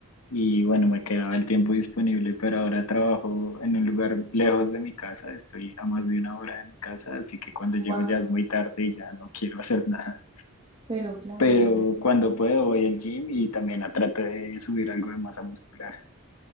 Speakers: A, on the left; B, on the right.
A: y bueno, me quedaba el tiempo disponible, pero ahora trabajo en un lugar lejos de mi casa, estoy a más de una hora de mi casa, así que cuando
B: Wow.
A: llego ya es muy tarde y ya no quiero <laughs> hacer nada.
B: Pero claro.
A: Pero cuando puedo voy al gym y también a trato de subir algo de masa muscular.